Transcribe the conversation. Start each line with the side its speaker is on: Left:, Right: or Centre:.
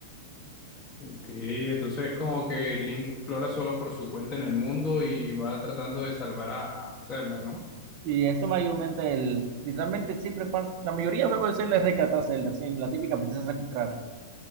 Left: ok. Entonces es como que Link explora solo por su cuenta en el mundo y va tratando de salvar a, a Zelda, ¿no?
Right: Y eso mayormente, el, literalmente siempre pasa, la mayoría de juegos de Zelda es rescatar a Zelda, así, la típica princesa secuestrada.